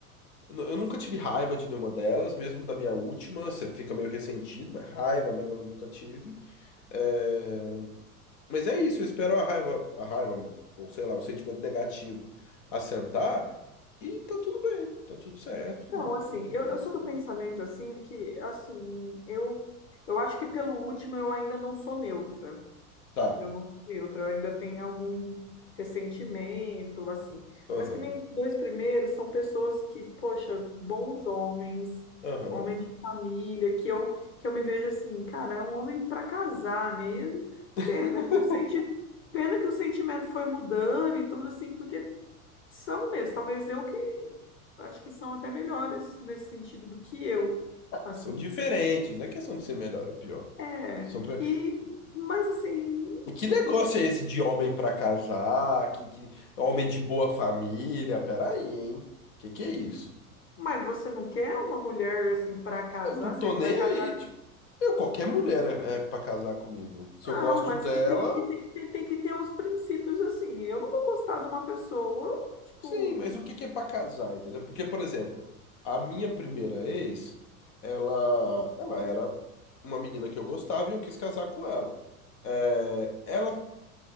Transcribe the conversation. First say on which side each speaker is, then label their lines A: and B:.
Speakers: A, on the left; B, on the left.
A: Eu nu- eu nunca tive raiva de nenhuma delas, mesmo da minha última. Você fica meio ressentido, mas raiva mesmo eu nunca tive. eh, Mas é isso, eu espero a raiva, a raiva, ou sei lá, o sentimento negativo assentar e tá tudo bem, tá tudo certo.
B: Não, assim, eu,
A: vida
B: eu sou
A: que segue.
B: do pensamento, assim, que, assim, eu, eu acho que pelo último eu ainda não sou neutra.
A: Tá,
B: Eu não sou neutra, eu ainda tenho algum ressentimento, assim.
A: aham,
B: Mas que nem os dois primeiros são pessoas que, poxa, bons homens,
A: aham.
B: homem de família, que eu, que eu me vejo assim, cara, é um homem para casar mesmo.
A: <laughs>
B: Pena que o senti... Pena que o sentimento foi mudando e tudo assim, porque São mesmo, talvez eu que acho que são até melhores nesse sentido do que eu, assim.
A: São diferentes, não é questão de ser melhor ou pior.
B: É,
A: São... pe-
B: e mas assim,
A: Que negócio é esse de homem pra casar, que, que homem de boa família? Peraí, hein? Que que é isso?
B: mas você não quer uma mulher assim para casar,
A: Eu não tô
B: você
A: nem
B: vai casar
A: aí, tipo.
B: com...
A: Eu, qualquer mulher é, é pra casar comigo. Se
B: Não,
A: eu gosto
B: mas
A: dela,
B: que tem que, tem, tem- tem que ter uns princípios assim. Eu não vou gostar de uma pessoa, tipo,
A: Sim, mas o que que é pra casar, entendeu? Porque, por exemplo, a minha primeira ex, ela, ela era uma menina que eu gostava e eu quis casar com ela. É, ela,